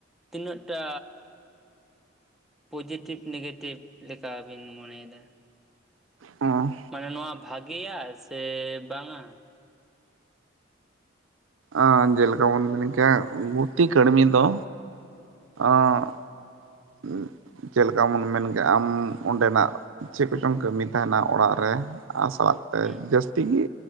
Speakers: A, in the centre; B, on the right (about 80°).
A: ᱛᱤᱱᱟᱹᱜᱴᱟ ᱯᱚᱡᱮᱴᱤᱵᱷ ᱱᱮᱜᱮᱴᱤᱵᱷ ᱞᱮᱠᱟᱵᱤᱱ ᱢᱚᱱᱮᱭᱮᱫᱟ᱾
B: ᱦᱚᱸ
A: ᱢᱟᱱᱮ ᱱᱚᱣᱟ ᱵᱷᱟᱜᱮᱭᱟ ᱥᱮ ᱵᱟᱝᱟ?
B: ᱟᱸ ᱡᱮᱞᱮᱠᱟ ᱵᱚᱱ ᱢᱤᱱᱮᱜᱠᱟᱱ ᱜᱩᱛᱤ ᱠᱟᱹᱲᱢᱤ ᱫᱚ ᱚᱸᱻ <unintelligible> ᱪᱮᱞᱠᱟ ᱢᱮᱱ ᱢᱮᱱ ᱜᱮᱭᱟ ᱟᱢ ᱚᱸᱰᱮᱱᱟᱜ ᱪᱮᱫ ᱛᱮᱪᱚᱢ ᱠᱟᱹᱢᱤ ᱛᱟᱦᱮᱱᱟ ᱚᱲᱟᱜ ᱨᱮ ᱟᱨ ᱥᱟᱞᱟᱜ ᱛᱮ
A: ᱦᱩᱸ
B: ᱡᱟᱹᱥᱛᱤ ᱜᱤ